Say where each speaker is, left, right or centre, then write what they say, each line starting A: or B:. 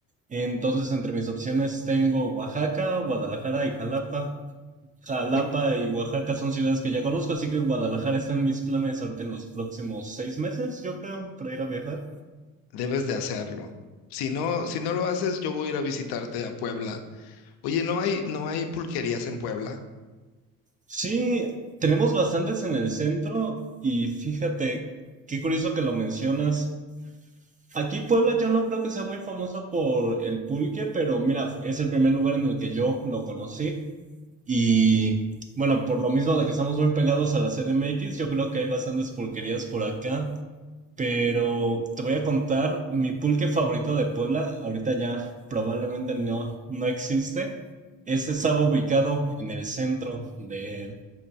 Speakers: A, on the right; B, on the left.
A: Entonces, entre mis opciones tengo Oaxaca, Guadalajara y Jalapa. Jalapa
B: Uy,
A: y Oaxaca son ciudades que ya conozco, así que Guadalajara está en mis planes ahorita en los próximos seis meses, yo creo, para ir a viajar.
B: debes de hacerlo. Si no, si no lo haces, yo voy a ir a visitarte a Puebla. Oye, no hay, no hay pulquerías en Puebla.
A: Sí, tenemos bastantes en el centro y fíjate, qué curioso que lo mencionas. Aquí Puebla yo no creo que sea muy famosa por el pulque, pero mira, es el primer lugar en el que yo lo conocí. Y bueno, por lo mismo de que estamos muy pegados a la CDMX, yo creo que hay bastantes pulquerías por acá. Pero te voy a contar mi pulque favorito de Puebla. Ahorita ya probablemente no, no existe. Este estaba ubicado en el centro de